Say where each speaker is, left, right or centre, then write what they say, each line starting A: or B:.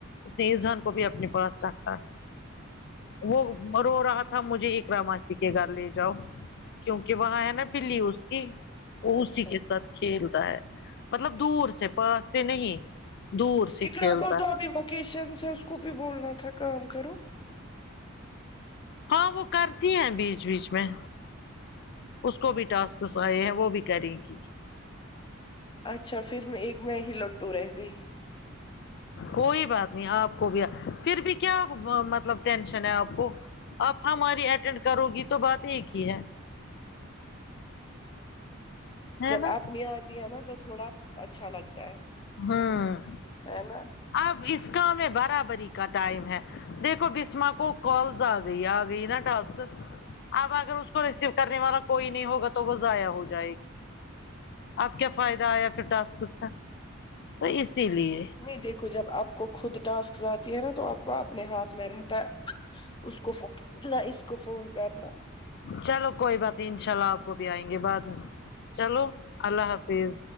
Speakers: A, on the left (about 55°); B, on the left (about 25°).
A: اس نے ایذان کو بھی اپنے پاس رکھا وہ رو رہا تھا مجھے ایک اقرا ماسی کے گھر لے جاؤ کیونکہ وہاں ہے نا بلی اس کی وہ
B: اچھا
A: اسی کے ساتھ کھیلتا ہے مطلب دور سے پاس سے نہیں دور سے کھیلتا
B: اقرا کو تو
A: ہے۔
B: ابھی وکیشنس ہے اس کو بھی بولنا تھا کام کرو
A: ہاں وہ کرتی ہیں بیچ بیچ میں اس کو بھی ٹاسکس آئے ہیں وہ بھی کری گی
B: اچھا پھر میں ایک میں ہی لٹو رہ گئی
A: کوئی بات نہیں آپ کو بھی پھر بھی کیا مطلب ٹینشن ہے آپ کو آپ ہماری اٹینڈ کرو گی تو بات ایک ہی ہے ہے
B: جب
A: نا
B: آپ نی آتی ہے نا تو تھوڑا اچھا لگتا ہے
A: ہوں
B: ہے نا
A: اب اس کا ہم میں برابری کا ٹائم ہے دیکھو بسما کو کالز آ گئی آ گئی نا ٹسکس اب اگر اس کو ریسیو کرنے والا کوئی نہیں ہوگا تو وہ ضائع ہو جائے گی اب کیا فائدہ آیا پھر ٹاسکس کا تو اسی لیے
B: نہیں دیکھو جب آپ کو خود ٹاسک آتی ہے نا تو آپ کو اپنے ہاتھ میں رہتا ہے اس کو فون تھوڑا اس کو فون کرنا
A: چلو کوئی بات نہیں ان شاء اللہ آپ کو بھی آئیں گے بعد میں چلو اللہ حافظ